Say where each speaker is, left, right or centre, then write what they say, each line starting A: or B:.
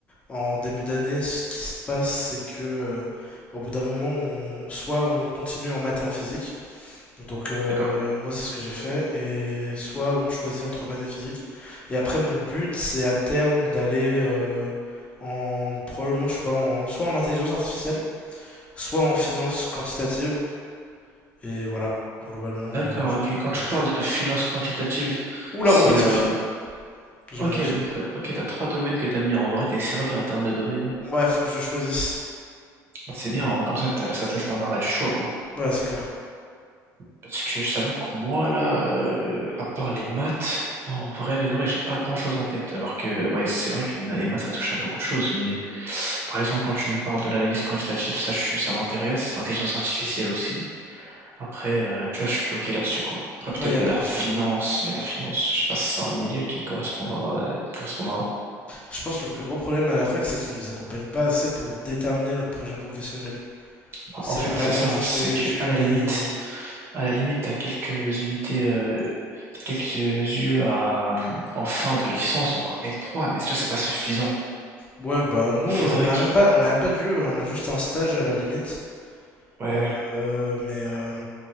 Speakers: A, on the left; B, on the right.
A: En début d'année, ce qui se passe, c'est que euh, au bout d'un moment, on- soit on continue en maths et en physique. Donc euh,
B: d'accord.
A: moi, c'est ce que j'ai fait. Et soit on choisit entre maths et physique. Et après, mon but, c'est à terme d'aller euh, en probablement, je sais pas, en- soit en intelligence artificielle, soit en finance quantitative. Et voilà, globalement,
B: D'accord,
A: euh, je
B: ok.
A: pense que
B: Quand
A: je vais
B: tu
A: faire ça.
B: parles de finances quantitatives,
A: Ou
B: c'est
A: la robotique,
B: euh,
A: j'aime
B: Ok,
A: bien aussi.
B: donc, euh, ok, t'as trois domaines que t'aimes bien. En vrai, t'es servi en termes de domaine.
A: Ouais, faut que je choisisse.
B: C'est bien, hein, Comme ça, t'as- ça te laisse l'embarras du choix, quoi.
A: Ouais, c'est clair.
B: Parce que je t'avoue que moi, là, euh, à part les maths, en vrai de vrai, j'ai pas grand-chose en tête. Alors que, ouais, c'est vrai que les, les maths, ça touche à beaucoup de choses. Mais, par exemple, quand tu me parles de l'analyse quantitative, ça, je suis- ça m'intéresse. Intelligence artificielle aussi. Après, euh, tu vois, je suis bloqué là-dessus, quoi. Après, peut-être
A: Ouais, il y a
B: de
A: plein
B: la
A: de
B: finance,
A: sujets.
B: mais la finance, je sais pas si c'est un milieu qui me correspondra. qui me correspondra.
A: Je pense que le plus gros problème à la fac, c'est qu'ils ne nous accompagnent pas assez pour déterminer notre projet professionnel.
B: Bah,
A: C'est
B: en fait,
A: vraiment
B: c'est ça.
A: juste
B: C'est
A: les
B: que,
A: études
B: à la limite,
A: et...
B: À la limite, t'as quelques unités, euh, t'as quelques yeux à, euh, en fin de licence, donc en L3, mais ça, c'est pas suffisant.
A: Ouais, bah nous,
B: Faudrait
A: euh, on a
B: qu'il...
A: même pas, on a même pas d'UE, hein, on a juste un stage à la limite.
B: Ouais.
A: Euh, euh, mais, euh,